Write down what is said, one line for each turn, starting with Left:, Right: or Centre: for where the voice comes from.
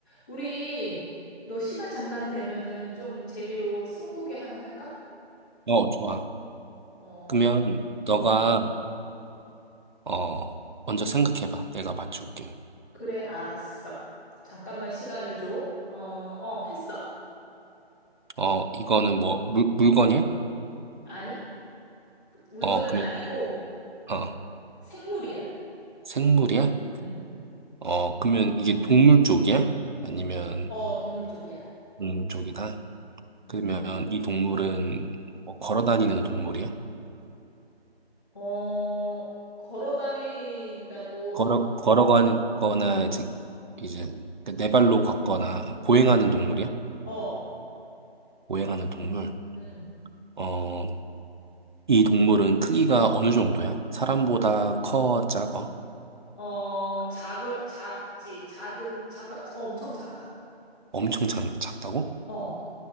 Left: 우리 너 시간 잠깐 되면은 좀 재미로 스무고개 하나 할까?
Right: 어, 좋아.
Left: 어,
Right: 그러면
Left: 어.
Right: 너가 어 먼저 생각해봐. 내가 맞출게.
Left: 그래, 알았어. 잠깐만 시간을 줘. 어, 어, 했어.
Right: 어, 이거는 뭐 물, 물건이야?
Left: 아니, 물건은
Right: 어, 그러면
Left: 아니고
Right: 어
Left: 생물이야.
Right: 생물이야?
Left: 응.
Right: 어, 그러면 이게 동물 쪽이야? 아니면
Left: 어, 동물 쪽이야.
Right: 동물 쪽이다?
Left: 응.
Right: 그러면 이 동물은 뭐 걸어 다니는 동물이야?
Left: 어, 걸어 다닌다고.
Right: 걸어 걸어가거나 이제 이제 네 발로 걷거나 보행하는
Left: 응.
Right: 동물이야?
Left: 어,
Right: 보행하는 동물.
Left: 응.
Right: 어, 이 동물은 크기가 어느 정도야? 사람보다 커, 작아?
Left: 어, 작을 작지. 작은 작 어, 엄청 작아.
Right: 엄청 작, 작다고?
Left: 어.